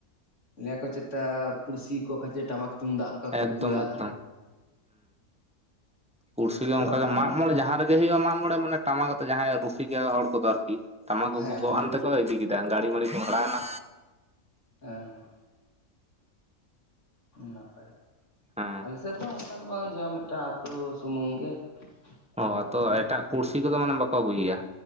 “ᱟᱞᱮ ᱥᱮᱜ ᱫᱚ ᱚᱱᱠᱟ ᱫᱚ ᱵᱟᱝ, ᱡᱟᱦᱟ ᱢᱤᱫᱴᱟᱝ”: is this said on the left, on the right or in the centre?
Left